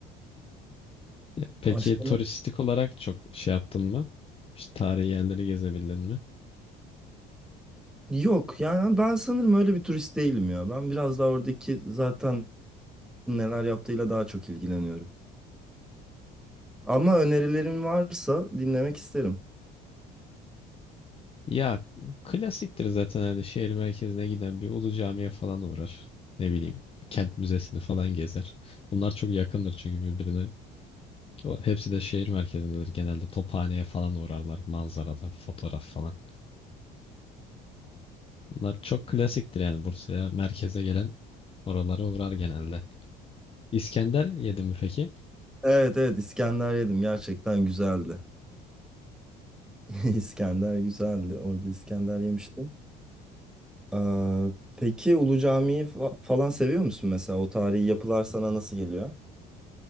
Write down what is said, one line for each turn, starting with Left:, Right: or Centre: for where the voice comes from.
Left: Ya Peki
Centre: Başka
Left: turistik
Centre: ne?
Left: olarak çok şey yaptın mı? İşte tarihi yerleri gezebildin mi?
Centre: Yok yani ben sanırım öyle bir turist değilim ya. Ben biraz daha oradaki zaten neler yaptığıyla daha çok ilgileniyorum. Ama önerilerin varsa dinlemek isterim.
Left: Ya klasiktir zaten hani şehir merkezine giden bir Ulu Cami'ye falan uğrar. Ne bileyim kent müzesini falan gezer. Bunlar çok yakındır çünkü birbirine. O- Hepsi de şehir merkezindedir. Genelde Tophane'ye falan uğrarlar. Manzarada fotoğraf falan. Bunlar çok klasiktir yani Bursa'ya, merkeze gelen oralara uğrar genelde. İskender yedin mi peki?
Centre: Evet evet İskender yedim gerçekten güzeldi. <laughs> İskender güzeldi. Orada İskender yemiştim. Ee, peki Ulu Cami'yi fa- falan seviyor musun mesela? O tarihi yapılar sana nasıl geliyor?